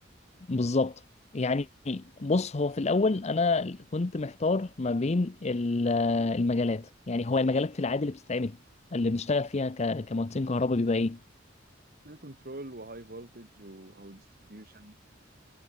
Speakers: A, on the left; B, on the right.
A: بالظبط يعني بص هو في الاول انا كنت محتار ما بين ال- آه، المجالات يعني هو المجالات في العادي اللي بتتعمل اللي بنشتغل فيها ك- كمهندسين كهرباء بيبقى ايه
B: <laughs> كنترول وهاي فولتج او ديستريبيوشن